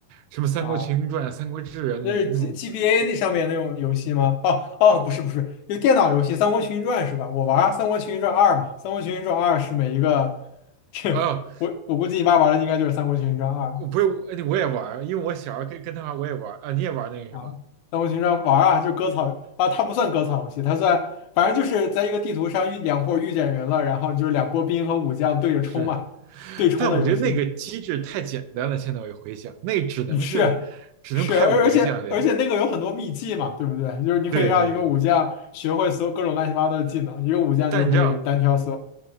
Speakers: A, on the right (about 80°); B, on the left (about 75°).
A: 什么《三国群英传》《三国志》啊那种那种
B: <laughs> 啊。那是 G GBA 那上面那种游戏吗？哦哦，
A: 呃
B: 不是不是，就电脑游戏《三国群英传》是吧？我玩儿三国群英传二》嘛，《三国群英传二》是每一个，<laughs> 这我我估计你爸玩的应该就是《三国群英传二》
A: 哦，不是，我哎我也玩，因为我小时候跟跟他玩，我也玩啊，你也玩那个是吧？
B: 啊，那我平常玩儿啊，就割草啊，它不算割草游戏，它算反正就是在一个地图上遇两波遇见人了，然后就是两波兵和武将对着冲嘛，
A: 是，
B: 对冲的游戏。
A: 但我觉得那个机制太简单了。现在我一回想，那只能是只能派五个将领。
B: 嗯，是是，而而且而且那个有很多秘技嘛，对不对？就是你可以让一个武将学会所有各种乱七八糟的技能，
A: 对对对，
B: 一个武将就可以单挑所有
A: 但你知道，